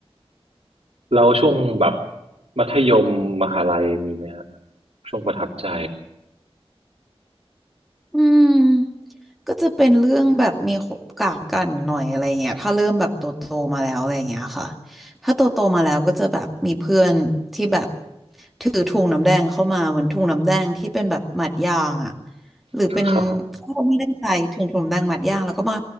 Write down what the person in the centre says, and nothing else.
อืมก็จะเป็นเรื่องแบบมีกากกันหน่อยอะไรเงี้ยถ้าเริ่มแบบโตโตมาแล้วอะไรเงี้ยค่ะถ้าโตโตมาแล้วก็จะแบบมีเพื่อนที่แบบถือถุงน้ำแดงเข้ามาเหมือนถุงน้ำแดงที่เป็นแบบหมัดยางอ่ะหรือเป็นเขาไม่ได้ใจถึงถุงน้ำแดงหมัดยางแล้วก็มา